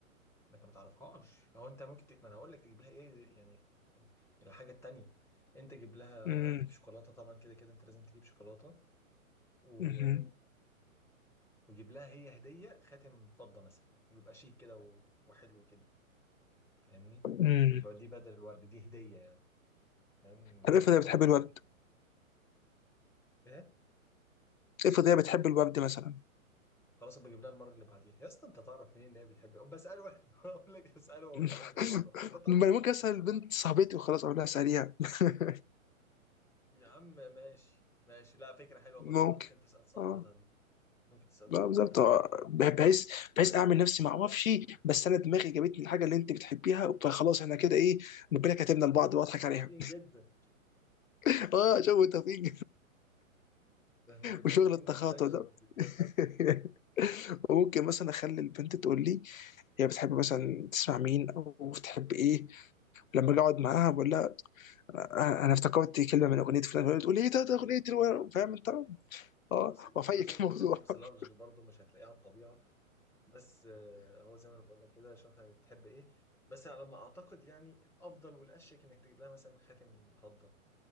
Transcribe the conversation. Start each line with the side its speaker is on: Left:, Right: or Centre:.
Centre: انك ما تعرفهاش هو انت ممكن ت... ما انا هقول لك تجيب لها ايه يعني الحاجه التانيه انت جيب لها
Left: مم.
Centre: جيب شوكولاته طبعا كده كده انت لازم تجيب شوكولاته و...
Left: مم.
Centre: وجيب لها هي هديه خاتم فضه مثلا ويبقى شيك كده و... وحلو كده فاهمني
Left: مم.
Centre: يبقى دي بدل الورد دي هديه يعني فاهم نجيب
Left: طب افرض
Centre: لها خاتم
Left: هي بتحب
Centre: فضه
Left: الورد
Centre: كده ايه
Left: افرض هي بتحب الورد مثلا
Centre: خلاص ابقى اجيب لها المره اللي بعديها يا اسطى انت تعرف منين ان هي بتحب بساله <laughs> اقول لك اساله هو
Left: <laughs>
Centre: كمان بالمره انت تعرف
Left: ما
Centre: منين
Left: ممكن اسال البنت صاحبتي وخلاص اقول لها اساليها <laughs>
Centre: يا عم ماشي ماشي لا فكرة حلوة
Left: ممكن
Centre: برضه انت ممكن تسأل صاحبتها
Left: اه
Centre: دي ممكن تسأل
Left: لا
Centre: صاحبتها
Left: بالظبط آه.
Centre: دي
Left: بح- بحيث
Centre: لا
Left: بحيث اعمل نفسي ما اعرفش بس انا دماغي جابتني الحاجه اللي انت بتحبيها فخلاص احنا كده ايه ربنا كاتبنا لبعض
Centre: احنا
Left: واضحك
Centre: متوافقين
Left: عليها
Centre: جدا
Left: <laughs> اه شوف توفيق
Centre: ده احنا متوافقين
Left: وشغل التخاطع
Centre: ما اقولكش
Left: ده
Centre: دي
Left: <laughs> وممكن مثلا اخلي البنت تقول لي هي بتحب مثلا تسمع مين او بتحب ايه لما اجي اقعد معاها بقول لها انا أنا افتكرت كلمه من اغنيه فلان تقول لي ايه ده ده اغنيه الو-" فاهم انت اه
Centre: بص ده
Left: وافيك
Centre: شغل
Left: الموضوع
Centre: فيلم اكس لارج
Left: <laughs>
Centre: برضه مش هتلاقيه على الطبيعة بس آه، هو زي ما انا بقول لك كده شوف هتحب ايه بس على ما اعتقد يعني الافضل والاشيك انك تجيب لها مثلا خاتم فضة